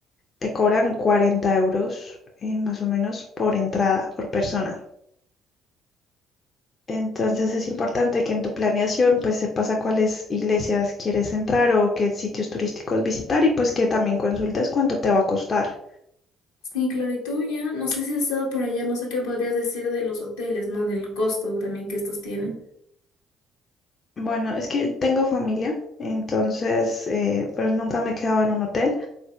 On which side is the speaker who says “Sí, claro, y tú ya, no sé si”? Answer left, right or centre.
Left